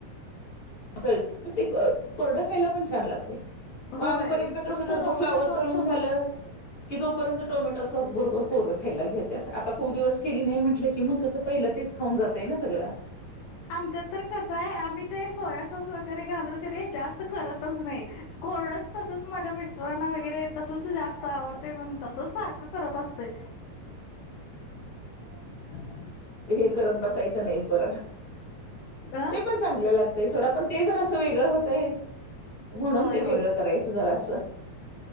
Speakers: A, on the left; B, on the left.
A: तर ते अ कोरडं खायला पण छान लागतंय.
B: होय
A: मग आम्ही बरेचदा कसं
B: फक्त
A: करतो
B: टोमॅटो
A: फ्लावर
B: सॉस
A: तळुन
B: सोबत
A: झालं, की तो पर्यंत टोमॅटो सॉस बरोबर पोरं खायला घेत्यात, आता खूप दिवस केली नाही म्हण कि मग कसं पहिलं तेच खाऊन जातंय ना सगळं.
B: आमच्यात तर कसंय? आम्ही ते सोया सॉस वग रे घालून क नाई जास्त करतच नाही, कोरडच तसंच माझ्या मिस्टरांना वैगरे तसंच जा स्त आवडतंय म्हणून तसंच सारखं करत असतोय. <unintelligible>
A: हे करत बसायचं नाही परत,
B: अ
A: ते पण चांगलं लागतंय सोडा पण ते जर असं वेगळं होतंय, म्हणून
B: होय
A: ते वेगळं
B: होय
A: करायचं जरासं.